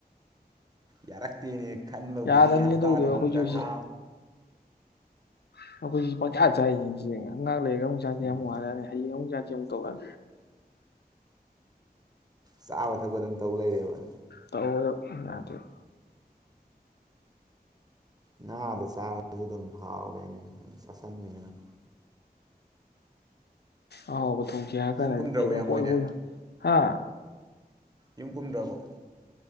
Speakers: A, on the right; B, on the left.
A: ꯌꯥꯔꯛꯇꯦꯅꯦ ꯈꯟꯕꯕꯨꯗꯤ
B: ꯌꯥꯗꯕꯅꯤ
A: ꯍꯞꯇꯥꯗꯨꯃꯛꯇ
B: ꯑꯗꯨꯕꯨꯗꯤ ꯑꯩꯈꯣꯏꯁꯨ ꯁꯤ
A: ꯊꯥ
B: <inaudible> ꯉꯉꯥꯛ ꯂꯩꯔꯒ ꯑꯃꯨꯛ ꯆꯥꯁꯤꯦ
A: ꯎꯝ
B: ꯌꯥꯝ ꯋꯥꯔꯛꯑꯦ ꯍꯌꯦꯡ ꯑꯃꯨꯛ ꯆꯁꯦ ꯑꯃꯨꯛꯧꯛꯑꯦ
A: ꯆꯥꯕ ꯊꯥꯛꯄ ꯑꯗꯨꯝ ꯇꯧ ꯂꯩꯔꯦꯕ
B: ꯇꯧꯋꯦꯕ ꯌꯥꯗꯦꯕ
A: ꯉꯥꯗ ꯆꯥꯔꯒꯁꯨ ꯑꯗꯨꯝ ꯍꯥꯎꯔꯦꯅꯦ ꯑꯗꯨꯝ ꯆꯥꯥꯁꯟꯕꯅꯤ ꯑꯗꯨꯝ
B: ꯑꯍꯥꯎꯕꯊꯣꯡꯆꯦ ꯍꯥꯏꯔ ꯀꯥꯟꯅꯗꯤ
A: ꯌꯨꯝ ꯀꯨꯝꯗ꯭ꯔꯕꯣ
B: <inaudible> ꯑꯗꯨ
A: ꯏꯌꯥꯝꯕ
B: ꯍꯣꯏ
A: ꯍꯣꯏꯗꯤ
B: ꯍꯣꯏ ꯍꯥ
A: ꯌꯨꯝ ꯀꯨꯝꯗ꯭ꯔꯕꯣ